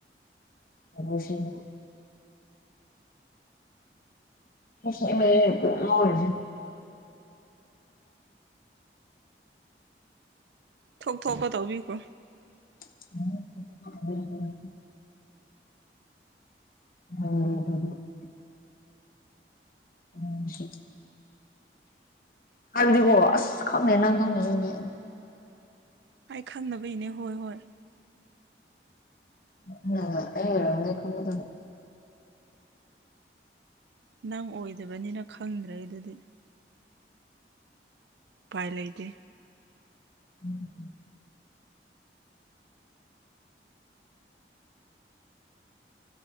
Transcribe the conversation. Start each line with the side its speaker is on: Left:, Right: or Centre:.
Left: ꯑꯣ ꯃ ꯃꯜꯖꯦ
Right: ꯊꯣꯛ ꯊꯣꯛꯄ ꯇꯧꯕꯤꯈꯣ
Left: ꯍ ꯎ ꯍ ꯎꯦ <unintelligible> ꯍꯥꯏꯕꯗꯨꯕꯣ ꯑꯁ ꯈꯪꯅꯦ ꯅꯪ ꯈꯪꯗꯅꯕꯅꯦ
Right: ꯑꯩ ꯈꯪꯅꯕꯩꯅꯦ ꯍꯣꯏ ꯍꯣꯏ
Left: ꯎ ꯈ <inaudible>
Right: ꯅꯪ ꯑꯣꯏꯗꯕꯅꯤꯅ ꯈꯪꯗ꯭ꯔꯦ ꯑꯗꯨꯗꯤ ꯄꯥꯏ ꯂꯩꯗꯦ
Left: ꯎꯝ <inaudible>